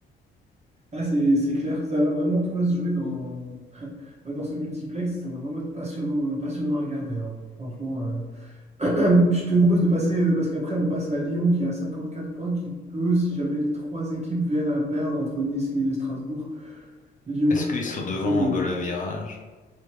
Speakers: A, on the right; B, on the left.
A: Ah, c'est c'est clair, ça va vraiment, tout va se jouer dans, <laughs> bah, dans ce multiplex, ça va vraiment être passionnant, euh, passionnant à regarder, hein. Franchement. euh, <clears throat> Je te propose de passer, euh, parce qu'après on passe à Lyon qui a 54 points, qui peut, si jamais les trois équipes viennent à perdre entre Nice, Lille et Strasbourg, Lyon
B: Est-ce
A: qui,
B: qu'ils sont devant
A: qui peut... euh,
B: au goal à virage?